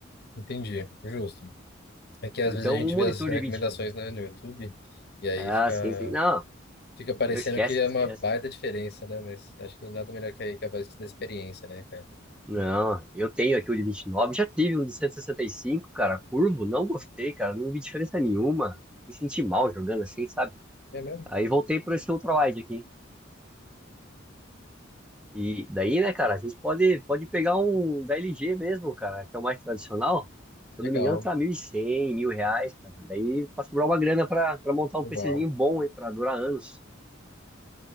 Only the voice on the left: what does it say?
entendi, justo. É que às
vezes a gente
vê as recomendações,
né, no YouTube, e aí
fica,
fica parecendo
que é
uma baita diferença, né? Mas acho que nada melhor que aí que a voz da experiência, né, cara?
É mesmo?
Legal,
legal.